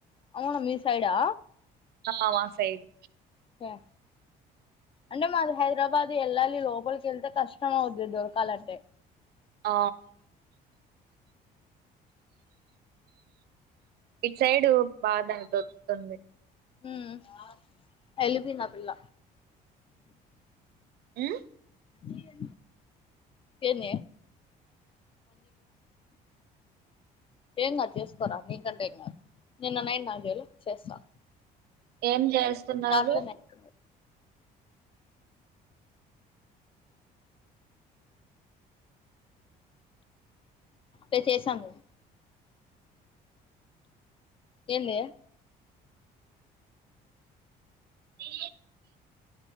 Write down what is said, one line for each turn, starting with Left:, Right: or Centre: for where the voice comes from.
Left: అవునా మీ సైడా
Right: ఆవా సైడి
Left: ే అంటే మాది హైదరాబాద్ వెళ్ళాలి లోపలికి వెళ్తే కష్టం అవుద్ది దొరకాలంటే
Right: ఆ ఇట్ సైడు బాద దొరుకుతుంది
Left: హ్మ్మ్ ఎల్లిపోయింది ఆ పిల్ల
Right: హ్మ్మ్
Left: ఏ ఎ ఏన్ ఏ చేసుకోరా నకంటే నిైాలులు చేస్తా
Right: ఏం చేస్తున్నారు
Left: రాత్రి నైట్ అే చేసాను ఏంది
Right: ఎ